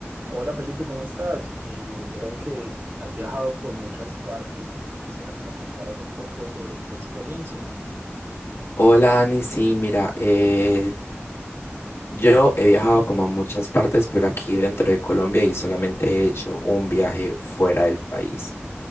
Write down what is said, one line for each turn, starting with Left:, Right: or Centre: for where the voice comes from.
Right: Hola Felipe, ¿cómo estás? Eh, me dijeron que has viajado por muchas partes. Quisiera que me contaras un poco sobre tu experiencia.
Left: Hola, Ani, sí, mira, eh, yo he viajado como a muchas partes, pero aquí dentro de Colombia y solamente he hecho un viaje fuera del país.